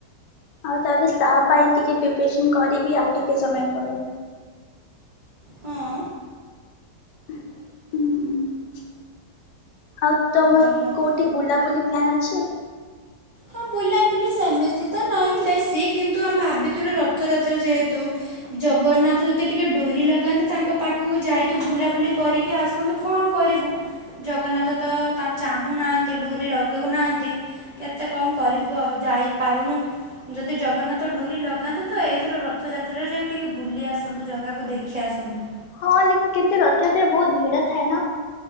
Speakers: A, on the left; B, on the right.
A: ଆଉ, ତାହେଲେ ତା ପାଇଁ ଟିକେ ପ୍ରିପ୍ରେସନ କରିବି, ଆଉ ଟିକେ ସମୟ ପରେ।
B: ହଁ।
A: ହୁଁ, ହୁଁ, ଆଉ ତମର
B: ଭଲ
A: କୋଉଠି ବୁଲାବୁଲି ପ୍ଲାନ୍ ଅଛି?
B: ହଁ, ବୁଲାବୁଲି ସେମିତି ତ ନାହିଁ ବେଶୀ। କିନ୍ତୁ ଆମେ ଭାବିଥିଲୁ ରଥଯାତ୍ରା ଯେହେତୁ ଜଗନ୍ନାଥ ଯଦି ଟିକେ ଡ଼ୁରି ଲଗାନ୍ତେ। ତାଙ୍କ ପାଖକୁ ଯାଇକି ବୁଲାବୁଲି କରିକି ଆସନ୍ତୁ। କଣ କରି କରିବୁ, ଜଗନ୍ନାଥ ତ ଚାହୁଁ ନାହାଁନ୍ତି। ଡ଼ୁରି ଲଗଉ ନାହିଁନ୍ତି। କେତେ କଣ କରିବୁ ଆଉ, ଯାଇପାରୁନୁ। ଯଦି ଜଗନ୍ନାଥ ଡ଼ୁରି ଲଗାନ୍ତେ ତ, ଏଇଥର ରଥଯାତ୍ରାରେ ଯାଇ ଟିକେ ବୁଲି ଆସନ୍ତୁ। ଜାଗାକୁ ଦେଖି ଆସନ୍ତୁ।
A: ହଁ, ଲିକି କିନ୍ତୁ, ରଥଯାତ୍ରାରେ ବହୁତ ଭିଡ଼ ଥାଏ ନା?